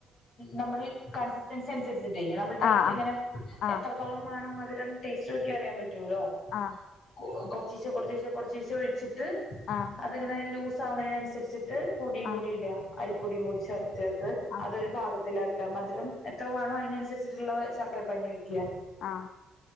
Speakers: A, on the left (about 55°); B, on the left (about 75°).
A: നമ്മളി ഈ കൺസിസ്റ്റൻസി അനുസരി ച്ച് ചെയ്യണം നമ്മള് ടൈറ്റ്
B: ആഹ്
A: ഇങ്ങനെ
B: ആഹ്
A: എത്രത്തോളം വേണം മധുരം ടേസ്റ്റ് നോക്കിയ അറിയാൻ പറ്റും റ്റുല്ലോ
B: ആഹ്
A: കൊ കൊർച്ചീച്ച കൊർച്ചീച്ച കൊർച്ചീച്ച ഒഴിച്ചിട്ട്
B: ആഹ്
A: അതിങ്ങനെ ലൂസ സാവ്ണെനൻസരിച്ചിട്ട് പൊടിയും
B: ആഹ്
A: കൂട്ടി ഇട് അരിപ്പൊടിയും കൂടി ചേർ ചേർത്ത്
B: ആഹ് ആഹ്
A: അതൊരു പാകത്തിലാ ക്ക് മധ് രം എത്ര വേണോ അയി നൻസരിച്ചിട്ടുള്ള ശർക്കര പാനി ഒഴിക്ക്
B: ആ